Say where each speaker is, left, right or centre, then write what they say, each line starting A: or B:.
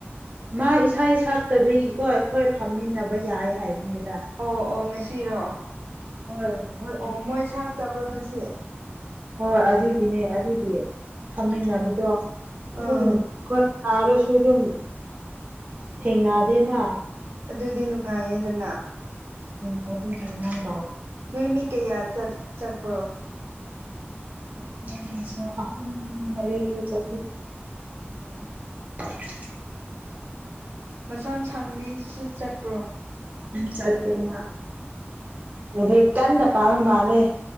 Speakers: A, on the right; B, on the right.
A: ꯃꯥ ꯏꯁꯥꯢ ꯁꯛꯇꯕꯒꯤꯀꯣ ꯑꯩꯈꯣꯏ ꯐꯝꯃꯤꯟꯅꯕ ꯌꯥꯏ ꯍꯥꯏꯕꯅꯤ
B: ꯑꯣ ꯑꯣ ꯉꯁꯤꯔꯣ
A: ꯍꯣꯏ ꯍꯣꯏ
B: ꯑꯣ ꯃꯣꯏ ꯁꯥꯛꯇꯕ꯭ꯔꯣ ꯉꯁꯤ
A: ꯍꯣꯏ ꯑꯗꯨꯒꯤꯅꯦ ꯑꯗꯨꯒꯤ ꯐꯝꯃꯤꯟꯅꯕꯗꯣ
B: ꯑꯣ
A: ꯑꯗꯨꯝ
B: ꯑꯥ
A: <unintelligible> ꯁꯥꯔꯁꯨ ꯑꯗꯨꯝ ꯊꯦꯡꯅꯥꯗꯦꯅ
B: ꯑꯗꯨꯗꯤ ꯅꯨꯡꯉꯥꯏꯌꯦꯗꯅ
A: <unintelligible>
B: ꯅꯣꯏ ꯃꯤ ꯀꯩꯌꯥ ꯆꯠ ꯆꯠꯄ꯭ꯔꯣ
A: <unintelligible> ꯑꯍꯨꯝ ꯃꯔꯤ ꯆꯠꯂꯤ
B: ꯎꯝ
A: <unintelligible>
B: ꯃꯁꯝ ꯁꯥꯡꯕꯤꯗꯨꯁꯨ ꯆꯠꯄ꯭ꯔꯣ
A: ꯆꯠꯇꯦ ꯃꯥ
B: ꯎꯝ
A: ꯂꯥꯏꯔꯤꯛ ꯀꯟꯅ ꯄꯥꯕ ꯃꯥꯜꯂꯦ